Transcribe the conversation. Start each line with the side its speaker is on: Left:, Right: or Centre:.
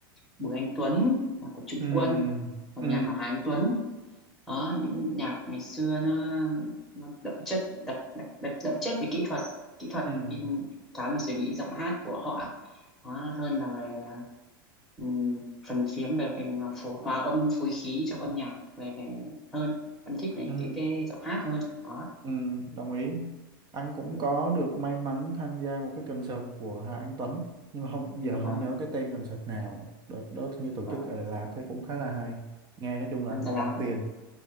Centre: Bùi Anh Tuấn nhạc của Trung
Right: ừ
Centre: Quân hoặc
Right: ừ
Centre: nhạc của Hà Anh Tuấn đó những nhạc ngày xưa nó nó đậm chất đậm đậm, đậm, đậm chất về kỹ thuật kỹ thuật
Right: ừ,
Centre: cái khá là suy nghĩ giọng hát của họ đó, hơn là về ừm, phần chiếm về phần phổ, hòa âm phối khí trong âm nhạc về về hơn em thích về
Right: ừ.
Centre: cái cái giọng hát hơn đó
Right: Ừ, đồng ý. Anh cũng có được may mắn tham gia một cái concert của Hà Anh Tuấn nhưng mà không giờ
Centre: vâng
Right: không nhớ cái tên concert nào đợt đó như tổ
Centre: vâng
Right: chức ở Đà Lạt thấy cũng khá là hay nghe nói chung là
Centre: hơn
Right: anh thấy
Centre: Đà Lạt
Right: đáng
Centre: đấy
Right: tiền